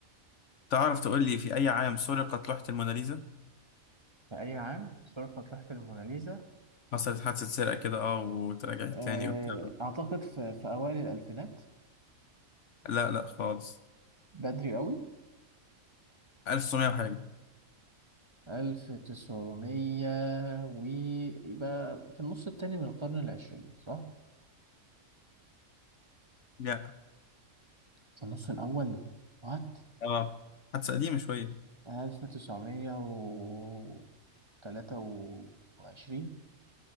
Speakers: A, on the left; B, on the right.
A: تعرف تقول لي في أي عام سرقت لوحة الموناليزا؟
B: في اي عام سرقت لوحة الموناليزا
A: حصلت حادثة سرقة كده اه وتراجعت
B: آه،
A: تاني وبتاع
B: اعتقد في, في اوائل الالفينات
A: لا لا خالص
B: بدري قوي
A: 1900 وحاجة
B: 1900 ويبقى في النص التاني من القرن العشرين صح
A: لا
B: في النص الاول وات
A: اه حادثة قديمة شوية
B: 1923